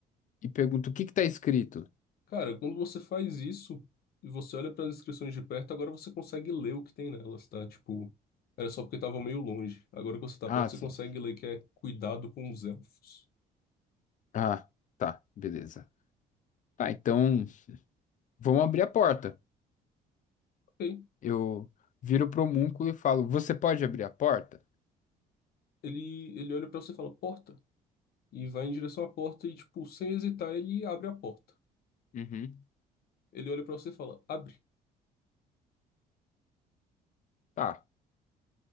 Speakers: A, on the left; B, on the left.
A: E pergunto o que que tá escrito?
B: Cara, quando você faz isso e você olha para as inscrições de perto, agora você consegue ler o que tem nelas, tá? Tipo, era só porque tava meio longe. Agora que você tá
A: Ah,
B: perto,
A: sim.
B: você consegue ler que é cuidado com os elfos.
A: Ah, tá, beleza. Tá, então vamos abrir a porta.
B: Ok.
A: Eu viro pro homúnculo e falo: Você pode abrir a porta?
B: Ele, ele olha para você e fala porta. E vai em direção à porta e, tipo, sem hesitar, ele abre a porta.
A: Uhum.
B: Ele olha para você e fala abre.
A: Tá.